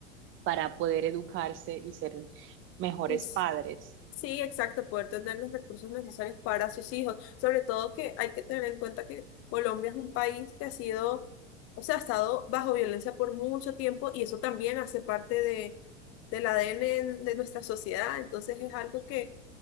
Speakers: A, on the right (about 35°); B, on the left (about 40°).
A: para poder educarse y ser mejores
B: Y s-
A: padres.
B: Sí, exacto, poder tener los recursos necesarios para sus hijos. Sobre todo que hay que tener en cuenta que Colombia es un país que ha sido, o sea, ha estado bajo violencia por mucho tiempo y eso también hace parte de, del ADN en- de nuestra sociedad. Entonces es algo que,